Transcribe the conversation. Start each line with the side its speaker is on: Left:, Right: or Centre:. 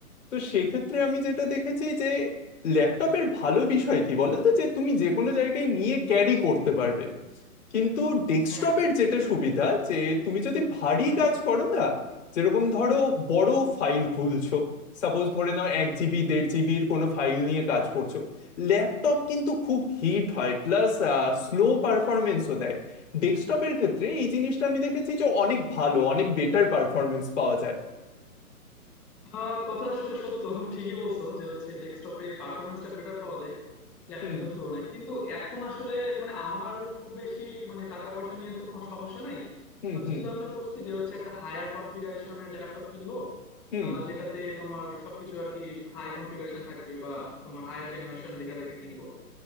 Left: তো সেক্ষেত্রে আমি যেটা দেখেছি যে ল্যাপটপের ভালো বিষয় কি বলো তো যে তুমি যে কোনো জায়গায় নিয়ে ক্যারি করতে পারবে কিন্তু ডেস্কটপের
Centre: হ্যাঁ হ্যাঁ
Left: যেটা সুবিধা যে তুমি যদি ভারী কাজ করো না যেরকম ধরো বড় ফাইল খুলছো সাপোজ ধরে নাও এক জিবি দেড় জিবির কোনো ফাইল নিয়ে কাজ করছো ল্যাপটপ কিন্তু খুব হিট হয় প্লাস স্লো পারফরমেন্সও দেয় ডেস্কটপের ক্ষেত্রে এই জিনিসটা আমি দেখেছি যে অনেক ভালো অনেক বেটার পারফরমেন্স পাওয়া যায়
Centre: আহ, কথা আসলে সত্য ঠিকই বলছো যে হচ্ছে ডেস্কটপে পারফরমেন্সটা বেটার পাওয়া যায় ল্যাপটপের
Left: হুম
Centre: তুলনায় কিন্তু এখন আসলে মানে আমার খুব বেশি মানে টাকা পয়সা নিয়ে তো খ- সমস্যা নাই
Left: হুম
Centre: তো
Left: হুম
Centre: চিন্তা ভাবনা করছি যে হচ্ছে একটা হায়ার কনফিগারেশনের ল্যাপটপ কিনবো
Left: হুম
Centre: আহ, যেটাতে তোমার সবকিছু আর কি হাই কনফিগারেশন থাকবে বা তোমার হায়ার জেনারেশন দেখে দেখে কিনবো